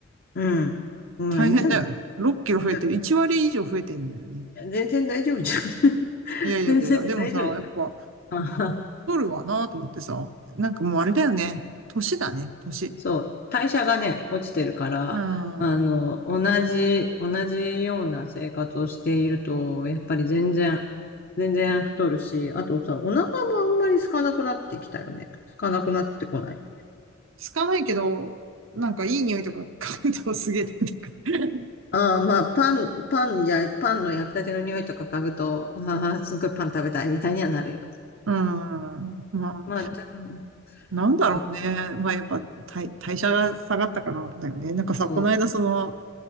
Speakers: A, on the left; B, on the right.
A: うん。まあ、
B: 大変だよね。
A: いいんじゃないい
B: 6キロ増えてる。
A: や、
B: 1割以上増えてんだよね。
A: 全然大丈夫じゃん。<laughs>
B: いやいやいや、
A: 全然大丈夫じゃない。
B: でもさ、やっぱ、
A: <laughs> あはは
B: 太るわなと思ってさ、なんかもうあれだよね。年だね、年。
A: そう、代謝がね、落ちてるから、
B: うん。
A: あの、同じ、同じような生活をしていると、やっぱり全然全然太るし、あとさ、お腹もあんまり空かなくなってきたよね。空かなくなってこない。
B: つかないけど、なんかいい匂いとか嗅ぐとすげえ食べたくなる。
A: ああ、まあ、パン、パンや、パンの焼きたての匂いとか嗅ぐと、ああ、すごいパン食べたいみたいにはなるよね。
B: <laughs> うん。まあ、
A: まあ、でも、
B: なんだろうね。
A: そう
B: まあやっぱ代、代謝が下がったからだよね。なんかさ、
A: そ
B: この間その、